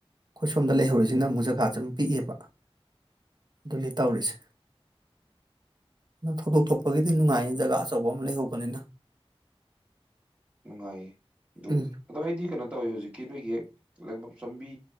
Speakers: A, on the right; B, on the right.
A: ꯑꯩꯈꯣꯏ ꯁꯣꯝꯗ ꯂꯩꯍꯧꯔꯤꯁꯤꯅ ꯑꯃꯛ ꯖꯒꯥꯁꯦ ꯑꯃ ꯄꯤꯛꯑꯦꯕ ꯑꯗꯨꯅꯤ ꯇꯧꯔꯤꯁꯦ ꯅ ꯊꯧꯗꯣꯛ ꯊꯣꯛꯄꯒꯤꯗꯤ ꯅꯨꯡꯉꯥꯏꯌꯦ ꯖꯒꯥ ꯑꯆꯧꯕ ꯑꯃ ꯂꯩꯍꯧꯕꯅꯤꯗ
B: ꯅꯨꯡꯉꯥꯏꯌꯦ ꯑꯗꯨꯕꯨꯗꯤ
A: ꯎꯝ
B: ꯑꯗꯣ ꯑꯩꯗꯤ ꯀꯩꯅꯣ ꯇꯧꯋꯤ ꯍꯧꯖꯤꯛꯀꯤ ꯅꯣꯏꯒꯤ ꯂꯪꯕꯝ ꯆꯪꯕꯤ